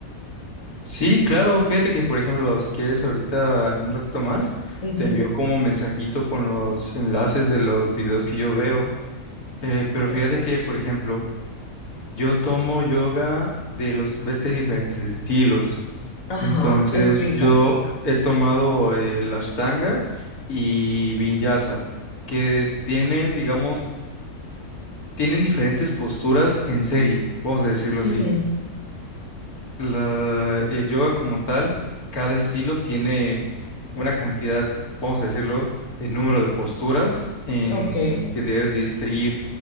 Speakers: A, on the left; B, on the left.
A: Sí, claro, fíjate que por ejemplo, si quieres ahorita en un ratito más,
B: Ujú,
A: te envío como mensajito con los enlaces de los videos que yo veo, eh, pero
B: Perfecto.
A: fíjate que por ejemplo, yo tomo yoga de los, ves que hay diferentes estilos,
B: Ajá,
A: entonces
B: explícame.
A: yo he tomado eh, la Ashtanga y Vinyasa, que es- tienen, digamos, tienen diferentes posturas en serie, vamos a decirlo así,
B: Ujú,
A: La, el yoga como tal, cada estilo tiene una cantidad, vamos a decirlo, de número de posturas en
B: Ok,
A: que debes de seguir